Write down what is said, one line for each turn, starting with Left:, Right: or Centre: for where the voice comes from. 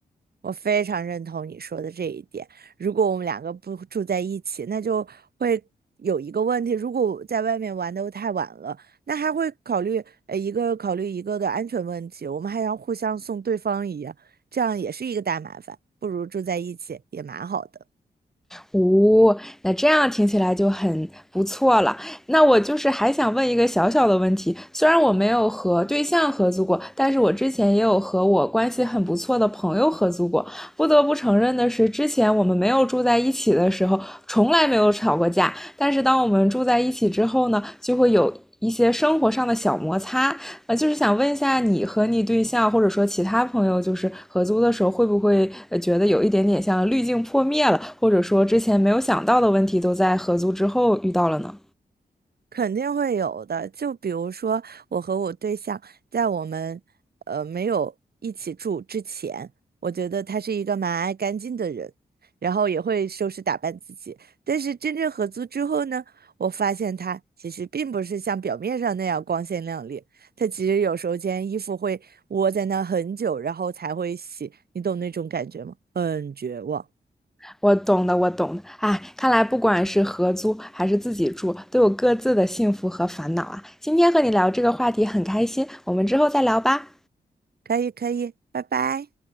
Right: 我非常认同你说的这一点。如果我们两个不住在一起，那就会有一个问题：如果在外面玩的太晚了，那还会考虑呃一个考虑一个的安全问题，我们还要互相送对方一样，这样也是一个大麻烦。不如住在一起也蛮好的。
Centre: 哦，那这样听起来就很不错了。那我就是还想问一个小小的问题，虽然我没有和对象合租过，但是我之前也有和我关系很不错的朋友合租过。不得不承认的是，之前我们没有住在一起的时候，从来没有吵过架，但是当我们住在一起之后呢，就会有一些生活上的小摩擦。呃，就是想问一下，你和你对象或者说其他朋友，就是合租的时候，会不会呃觉得有一点点像滤镜破灭了，或者说之前没有想到的问题，都在合租之后遇到了呢？
Right: 肯定会有的。就比如说，我和我对象在我们呃没有一起住之前，我觉得他是一个蛮爱干净的人，然后也会收拾打扮自己。但是真正合租之后呢，我发现他其实并不是像表面上那样光鲜亮丽，他其实有时候间衣服会窝在那很久，然后才会洗。你懂那种感觉吗？很绝望。
Centre: 我懂的，我懂的。哎，看来不管是合租还是自己住，都有各自的幸福和烦恼啊。今天和你聊这个话题很开心，我们之后再聊吧。
Right: 可以，可以，拜拜。